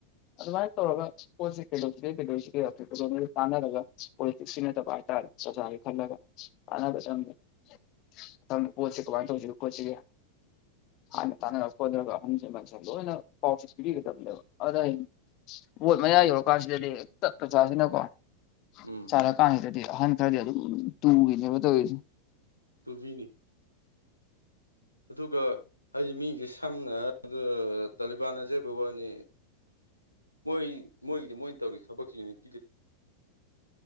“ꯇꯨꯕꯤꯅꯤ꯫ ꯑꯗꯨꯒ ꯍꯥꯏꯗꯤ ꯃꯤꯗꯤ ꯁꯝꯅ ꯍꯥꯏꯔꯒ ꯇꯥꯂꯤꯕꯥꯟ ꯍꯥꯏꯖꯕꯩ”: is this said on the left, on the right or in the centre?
Left